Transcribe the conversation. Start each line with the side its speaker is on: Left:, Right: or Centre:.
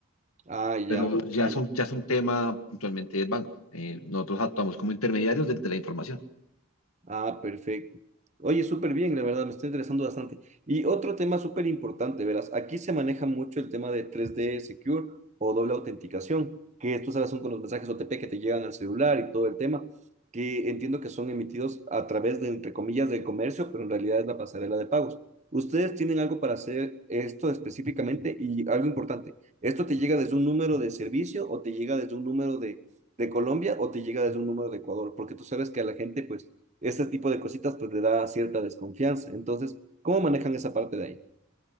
Right: Ah, ya.
Left: Pero
Right: ok.
Left: ya es un, ya es un tema puntualmente del banco. Eh, nosotros actuamos como intermediarios de, de la información.
Right: Ah, perfecto. Oye, súper bien, la verdad, me está interesando bastante. Y otro tema súper importante, verás, aquí se maneja mucho el tema de tres d Secure o doble autenticación, que tú sabes, son con los mensajes OTP que te llegan al celular y todo el tema, que entiendo que son emitidos a través de, entre comillas, del comercio, pero en realidad es la pasarela de pagos. ¿Ustedes tienen algo para hacer esto específicamente? Y algo importante, ¿esto te llega desde un número de servicio o te llega desde un número de, de Colombia o te llega desde un número de Ecuador? Porque tú sabes que a la gente, pues este tipo de cositas pues le da cierta desconfianza. Entonces, ¿cómo manejan esa parte de ahí?